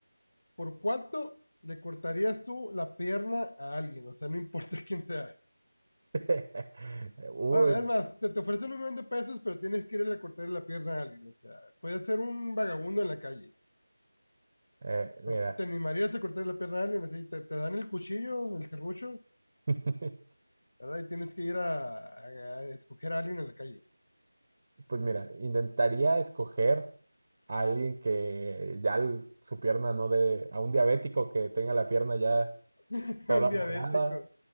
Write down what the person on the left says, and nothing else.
¿Por cuánto le cortarías tú la pierna a alguien? O sea, no importa <laughs> quién sea.
Ah,
Es más, te, te ofrecen un millón de pesos, pero tienes que irle a cortar la pierna a alguien. O sea, puede ser un vagabundo en la calle.
No, ¿Te animarías a cortar la pierna a alguien? Así, te, te dan el cuchillo, el serrucho,
¿verdad? Y tienes que ir a, a- a escoger a alguien en la calle.
<laughs>
Un diabético.